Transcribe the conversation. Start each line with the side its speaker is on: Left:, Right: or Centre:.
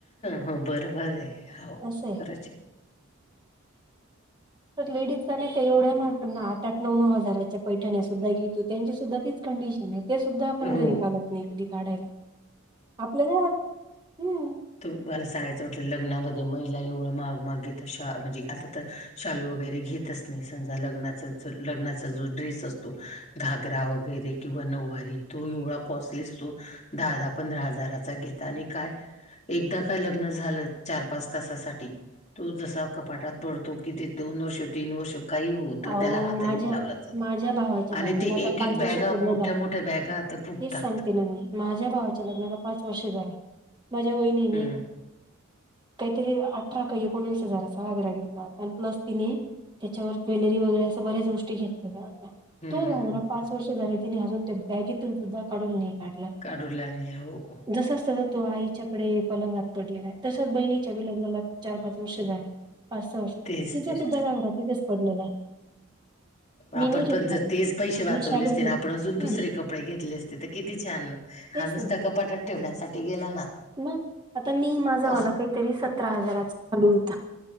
Left: हो बरं बर आहे हो
Right: असं आहे.
Left: खरंच
Right: तर लेडीिजला नाही त्या एवढ्या म आठ आठ नऊ नऊ हजाराच्या पैठणीस सुद्धा घेतो त्यांची सुद्धा तीच कंडिशन आहे. ते सुद्धा आपण
Left: हो
Right: घरी पालत नाही कदी काढायला आपल्याला हम्.
Left: त मला सांगायचं म्हटलं लग्नामध्ये महिला एवढं माग माग घेेतशा म्हणजे आता तर शालू वगैरे घेतच नाही समजा लग्नाचा ज लग्नाचा जो ड्रेस असतो. त घागरा वगैरे किंवा नऊवारी तो एवढा कॉस्टली असतो दहा दहा पंधरा हजाराचा घेता आणि काय? एकदा काय लग्न झालं चार पाच तासासाठी तो जसा कपाटात पडतो कि ते दोन वर्ष तीन वर्ष काही होत.
Right: अहो
Left: त्याला हात
Right: माझ्या
Left: लावला जात
Right: माझ्या भावाच्या लग्नाला
Left: आणि ते
Right: आता
Left: एक
Right: पाच
Left: एक बॅग
Right: वर्ष पूर्ण
Left: मोठ्या
Right: झाले
Left: मोठ्या बॅगा ते फुटतात.
Right: तेच सांगते माझ्या भावाच्या लग्नाला पाच वर्ष झाले माझ्या वहिनीने
Left: हम्म
Right: काहीतरी अठरा काही एकोणवीस हजाराचा वगैरा घेतला आणि प्लस तिने त्याच्यावर ज्वेलरी वगैरे अस बऱ्याच गोष्टी घेतल्याल्या
Left: हम्म
Right: तो घाबरा पाच वर्ष झाले. ति अजून त्या बॅगतून सुद्धा काढून नाही काढलं
Left: काढूला नाही हो
Right: जस. तो आईच्याकडे पलंगात पडलेला आहे तसच बहिणीच्या विलग्नाला चार पाच वर्ष झालं पाच सहा वर्ष
Left: तेच
Right: तिचा
Left: तेच
Right: सुद्धा रांघातीथच पडलेला आहे. मी
Left: आपण
Right: नाही घेतला
Left: पण जर
Right: बाई
Left: तेच पैसे वाचवले
Right: मी शालूच
Left: असते
Right: घेतला
Left: आपण अजून दुसरे
Right: हम्म
Left: कपडे घेतले असते तर किती छान
Right: तेच
Left: हा नुसता कपाटात ठेवण्यासाठी गेला ना.
Right: ना आता मी माझावाला
Left: असं
Right: काही तरी सतरा हजाराचा शालू होता